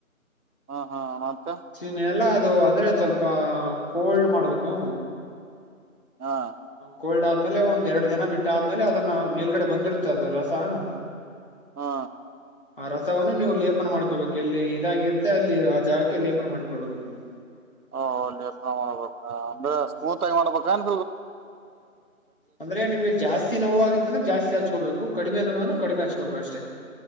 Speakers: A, on the right; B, on the left.
A: ಹಾ ಹಾ ಮತ್ತೆ
B: ಮ್ ಎಲ್ಲಾ ಅದು ಅಂದ್ರೆ ಸ್ವಲ್ಪ ಕೋಲ್ಡ್ ಮಾಡ್ಬೇಕು
A: ಹಾ
B: ಕೋಲ್ಡ್ ಆದ್ಮೇಲೆ ಒಂದ್ ಎರಡ್ ದಿನ ಬಿಟ್ಟ ಆದ್ಮೇಲೆ ಅದನ್ನ ಮೇಲ್ಗಡೆ ಬಂದಿರುತ್ತದ ರಸಾ <inaudible>
A: ಹಾ
B: ಹ ಆ ರಸಾವನ್ನು ನೀವು ಲೇಪನ ಮಾಡ್ಕೊಬೇಕು ಎಲ್ಲಿ ಇದಾಗಿರುತ್ತೆ ಅಲ್ಲಿ ಆ ಜಾಗಕ್ಕೆ ಲೇಪನ ಮಾಡ್ಕೊಳ್ಳಬೇಕು ನಾವು
A: ಹ ಲೇಪನಾ ಮಾಡ್ಬೇಕ
B: ಹ್ಮ್
A: ಅ ಸ್ಮೂತ್ ಆಗಿ ಮಾಡ್ಬೇಕೇನ್
B: ಅಂದ್ರೆ ನಿಮಗೆ ಜಾಸ್ತಿ ನೋವು ಆಗಿತ್ತಂದ್ರೆ ಜಾಸ್ತಿ ಹಚ್ಕೋಬೇಕು ಕಡಿಮೆ ನೋವು ಅಂದ್ರೆ ಕಡಿಮೆ ಹಚ್ಕೋಬೇಕ ಅಷ್ಟೇ